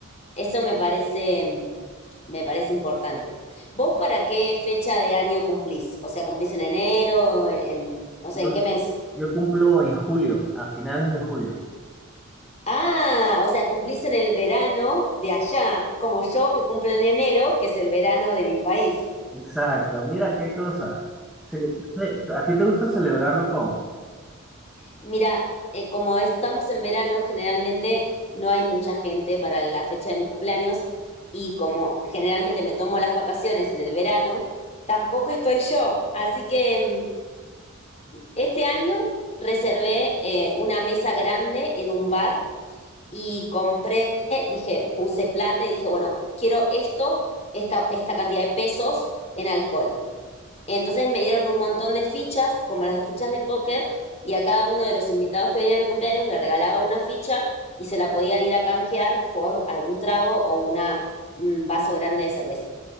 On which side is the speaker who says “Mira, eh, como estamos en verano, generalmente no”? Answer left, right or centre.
Left